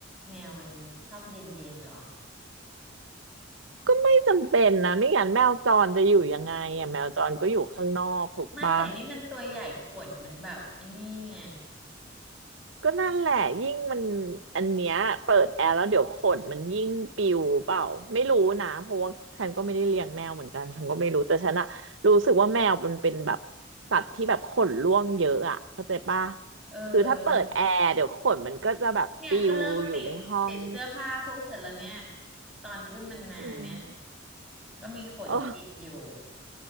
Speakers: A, in the centre; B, on the right.
A: แมวมันชอบเย็นๆเหรอ
B: ก็ไม่จำเป็นนะไม่งั้นแมวจรจะอยู่ยังไงอ่ะแมวจรก็อยู่ข้างนอกถูกปะ
A: ไม่แต่นี่มันตัวใหญ่ขนมันแบบไอ้นี่ไง
B: ก็นั่นแหละยิ่งมันอันเนี้ยเปิดแอร์แล้วเดี๋ยวขนมันยิ่งปิวเปล่าไม่รู้นะเพราะว่าฉันก็ไม่ได้เลี้ยงแมวเหมือนกันฉันก็ไม่รู้แต่ฉันอะรู้สึกว่าแมวมันเป็นแบบสัตว์ที่แบบขนร่วงเยอะอะเข้าใจปะ
A: เออ
B: คือถ้าเปิดแอร์เดี๋ยวขนมันก็จะแบบปิวอยู่ในห้อง
A: เนี่ยก็เริ่มติดติดเสื้อผ้าพวกฉันแล้วเนี่ยตอนอุ้มมันมาเนี่ย
B: อืม
A: ก็มีขนติดอยู่
B: โอ้